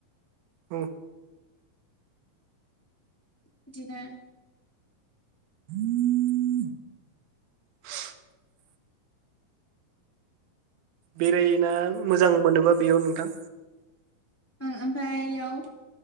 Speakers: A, on the right; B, in the centre.
A: औ
B: बिदिनो
A: <inaudible> बेरायना मोजां मोनोबा बेयाव नोंथां
B: ओं ओमफाय एयाव